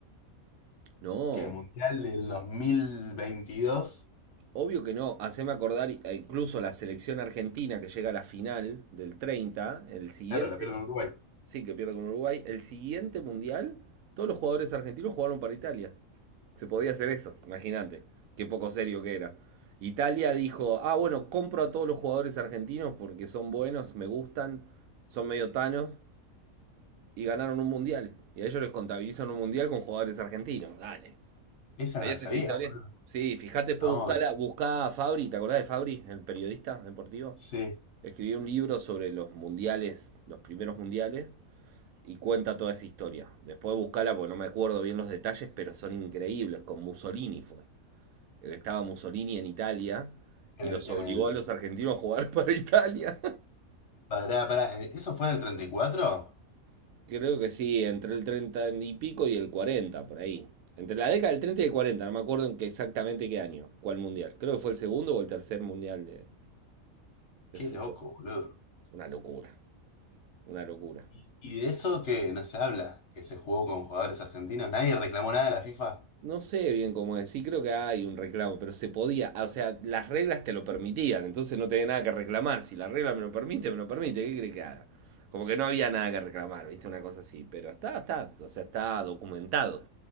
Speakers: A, on the right (about 85°); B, on the left (about 60°).
A: No,
B: que el Mundial del dos mil veintidós
A: obvio que no. Haceme acordar i- e incluso la selección argentina que llega a la final del 30, el siguiente
B: Claro, la pierdo con Uruguay.
A: Sí, que pierde con Uruguay. El siguiente mundial, todos los jugadores argentinos jugaron para Italia. Se podía hacer eso, imagínate. Qué poco serio que era. Italia dijo, ah, bueno, compro a todos los jugadores argentinos porque son buenos, me gustan, son medio tanos y ganaron un mundial. Y a ellos les contabilizan un mundial con jugadores argentinos. Dale.
B: Esa
A: ¿Sabías
B: no la sabía,
A: esa historia?
B: boludo.
A: Sí, fíjate, después
B: No,
A: buscala,
B: es-
A: buscá a Fabri, ¿te acordás de Fabri, el periodista deportivo?
B: sí.
A: Escribió un libro sobre los mundiales, los primeros mundiales, y cuenta toda esa historia. Después buscala porque no me acuerdo bien los detalles, pero son increíbles. Con Mussolini fue. Eh, Estaba Mussolini en Italia
B: En
A: y
B: el,
A: los
B: en
A: obligó
B: el,
A: a los argentinos a jugar para Italia.
B: pará, pará, en- ¿eso fue en el treinta y cuatro
A: <laughs> Creo que sí, entre el 30 y pico y el 40 por ahí. Entre la década del 30 y el 40 no me acuerdo en qué- exactamente qué año, cuál mundial. Creo que fue el segundo o el tercer mundial de, de
B: Qué
A: fútbol.
B: loco, boludo.
A: Una locura, una locura.
B: Y, y de eso que no se habla, que se jugó con jugadores argentinos, nadie reclamó nada a la FIFA.
A: No sé bien cómo decir, creo que hay un reclamo, pero se podía, ah, o sea, las reglas te lo permitían, entonces no tenía nada que reclamar. Si la regla me lo permite, me lo permite, ¿qué crees que haga? Como que no había nada que reclamar, ¿viste? Una cosa así, pero está, está, o sea, está documentado.